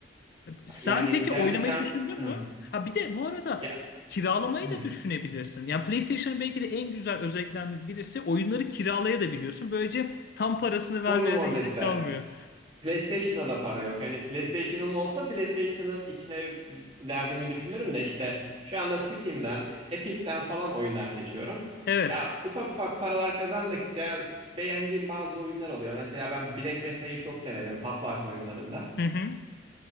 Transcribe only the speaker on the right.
Yani
gerçekten
Hım.
ya
hım.
sorunum
orada
işte.
PlayStation'a da para yok. Hani PlayStation'ım olsa PlayStation'ın içine derdimi düşünürüm de işte şu anda Steam'den, Epic'ten falan oyunlar seçiyorum.
Ya ufak ufak paralar kazandıkça beğendiğim bazı oyunlar oluyor. Mesela ben Black Mesa'yı çok severim Half-Life oyunlarında.